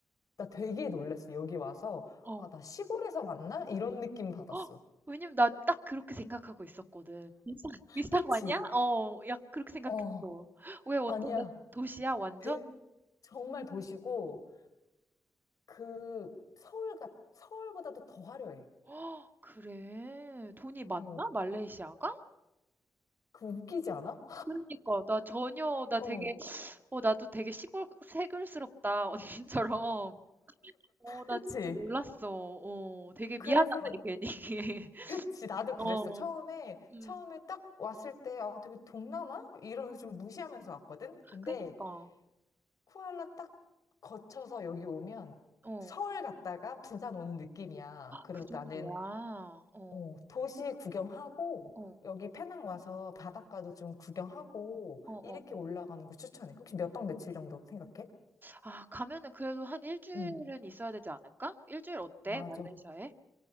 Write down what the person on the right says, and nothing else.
어.
헉, 왜냐면 나 딱 그렇게 생각하고 있었거든. 비슷한, 비슷한
거 아니야? 어, 약간 그렇게 생각했어.
왜 어떤
데 도시야, 완전?
헉, 그래. 돈이 많나?
말레이시아가?
그러니까 나 전혀
나
되게 어 나도 되게 시골 새글스럽다 <laughs> 언니처럼 어 나
진짜 몰랐어 어 되게
미안하네 괜히 <laughs>
어
음
그니까
어
그 정도야
어
어
어
어
어
아 가면은 그래도 한 일주일은
있어야 되지 않을까 일주일 어때
말레이시아에